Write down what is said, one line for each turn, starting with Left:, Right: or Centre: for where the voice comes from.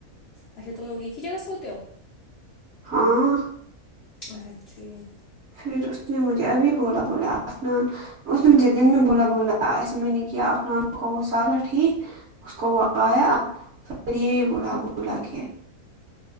Left: اچھا تم لوگ ایک ہی جگہ سوتے ہو
Right: ہاں
Left: اچھے ہے
Right: پھر اس نے مجھے ابھی بولا بولا عفنان اس نے مجھے دن میں بولا بولا ایسے میں نے کیا اپنا عفنان کو سارا ٹھیک اس کو بولا اب پھر یہ بھی بولا بولا کے